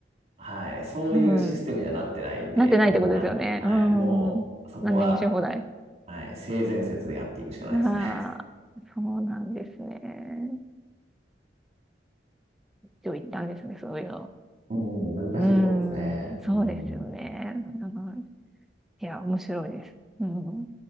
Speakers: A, on the right; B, in the centre.
A: はい。そういうシステムにはなってないんで、
B: うん。なってないってことですよね。
A: もうなん、はい。
B: うん。
A: もう、そこは、
B: 何でもし放題。
A: はい。性善説でやっていくしかないですね。
B: ああ、そうなんですね。一応行ったんですね、そういうの。
A: うん、難しいところですね。
B: うーん、そうですよね。
A: うん。
B: うんいや、面白いです。うん